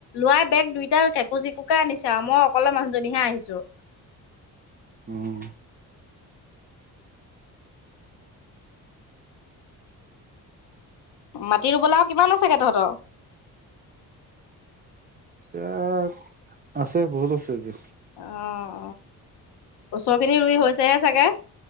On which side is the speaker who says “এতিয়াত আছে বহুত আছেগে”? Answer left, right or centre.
Right